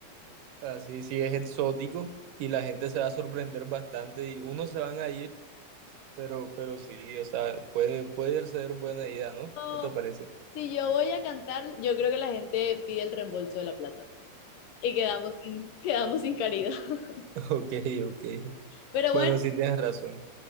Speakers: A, on the right (about 85°); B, on the left (about 85°).
A: Así sí es exótico y la gente se va a sorprender bastante y unos se van a ir, pero, pero sí, o sea, puede, puede ser buena idea, ¿no?
B: no.
A: ¿No te parece?
B: Si yo voy a cantar, yo creo que la gente pide el reembolso de la plata y quedamos sin, quedamos sin caridad. <laughs>
A: <laughs> Ok, ok.
B: Pero
A: Bueno,
B: bueno,
A: sí tienes razón.